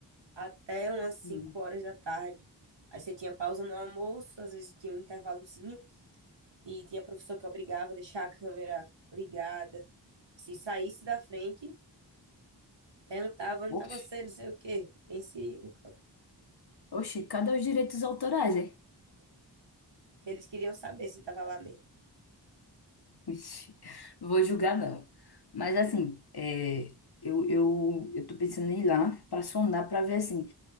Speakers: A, on the right; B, on the left.
A: até umas cinco
B: Hum.
A: horas da tarde. Aí você tinha pausa no almoço, às vezes tinha um intervalozinho e tinha professor que obrigava a deixar a câmera ligada. Se saísse da frente, perguntava onde tá
B: Oxe.
A: você, não sei o quê. Pense o cão.
B: Oxi, cadê os direitos autorais, hein?
A: Que eles queriam saber se tava lá mesmo.
B: <laughs> Ixi, Não vou julgar, não. Mas assim, é, eu, eu, eu tô pensando em ir lá pra sondar, pra ver assim.